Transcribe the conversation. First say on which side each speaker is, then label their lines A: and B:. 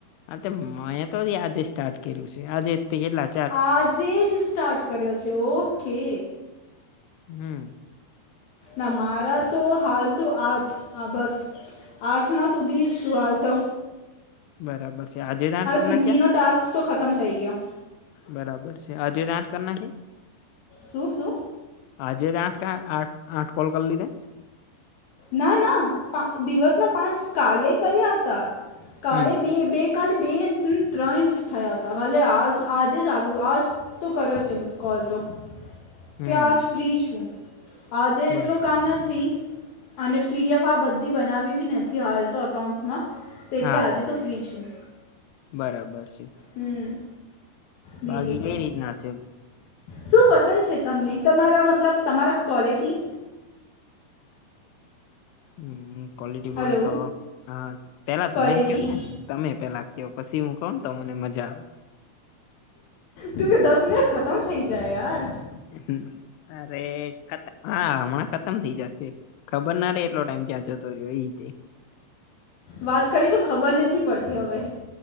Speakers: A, on the left; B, on the left.
A: અા મેં તો આજે સ્ટાર્ટ કર્યું છે આજે કેલા
B: આજે જ સ્ટાર્ટ કર્યો છે ઓકે
A: હમ
B: ના મારા તો હાલ તો આઠ હા બસ આઠના સુધી જ શું હાલતો
A: બરાબર છે આજે જાણ કર
B: સિંધીનો
A: ના ક્યાં
B: ટાસ્ક તો ખતમ થઈ ગયો
A: બરાબર છે આજ ત આઠ કર નાખ
B: શું શું
A: આજે આઠ આઠ આઠ કોલ કરી લીધે
B: ના ના પા દિવસમાં પાંચ કાલે કર્યા હતા કાલે
A: હમ
B: બે બે કાલે બે ઇંચ ત્રણ ઇંચ થયા હતા હ આ આજે ચાલુ આ તો કર્યો છે કોલ તો
A: હમ
B: કે આજ ફ્રી છું આજે એટલો
A: બર
B: કામ નથી અને પીડીએફ આ બધી બનાવી બી નથી હાલ તો અકાઉન્ટ્સમાં એટલે
A: હા
B: આજે તો ફ્રી છું
A: બરાબર છે
B: હમ બીજું
A: બાકી
B: ક
A: કઈ રીતના છે
B: શું પસંદ છે તમને તમારા મતલબ તમારા ક્વૉલિટી
A: હમ ક્વલિટી બોલે
B: હલો
A: તો હ પેલા તમે
B: ક્વોલિટી
A: કયો ને તમે પેલા કયો પછી હું કોણ તો મને મજા આવે
B: કેમકે દસ મિનટ ખતમ થઇ જાય યાર
A: હ અરે ખત હા હમણાં ખતમ થઇ જશે ખબર ના રે એટલો ટાઈમ ક્યાં જતો રહ્યો એ રીતે
B: વાત કરીએ તો ખબર નથી પડતી હવે